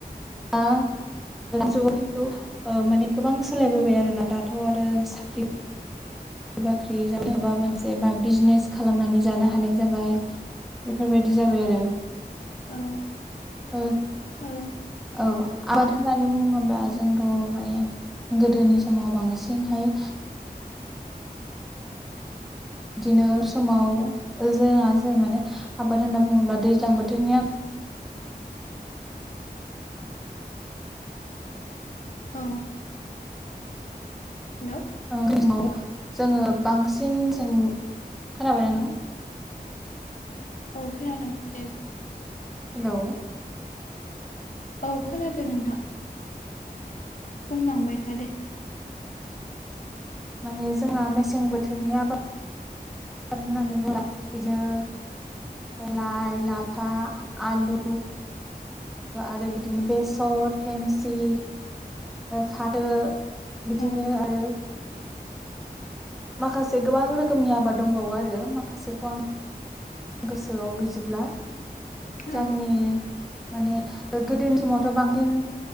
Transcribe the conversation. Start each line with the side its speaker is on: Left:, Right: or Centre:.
Centre: दा जुगाव खिन्थु माने गोबां सोलायबोबाय आरोोना दाथ' आरो साख्रि साख्रि बाख्रि जाब माबा मोनसे बा बिजनेस खालामनानै जानो हानाय जाबाय। बेफोरबायदि जाबाय आरो।
Left: औ
Centre: ओ
Left: औ।
Centre: औ आबाद होननानै बुङोब्ला जोंथ' माने गोदोनि समाव बांसिनहाय बिदिनो समाव जोंङा जों माने आबाद होनना बुङोब्ला दैज्लां बोथोरनि आं।
Left: औ हेल'
Centre: बेाव जोङो बांसिनं खोनाबायना नों
Left: औ खोनादों दे।
Centre: हेल'
Left: औ खोनादों नोंथां। बुंलांबाय था दे।
Centre: माने जोंना मेसें बोथोरनि आबाद होननानै बुङा बिदिनो लाइ-लाफा आलु आरो बिदिनो बेसर, थेमसि फाथो बिदिनो
Left: अ
Centre: आरो माखासे गोबां रोखोमनि आबाद दंबावो आरो माखासेखौ गोसोआव गैजोबब्ला
Left: औ
Centre: जाखिनि माने गोदोनि समावथ' बांसिन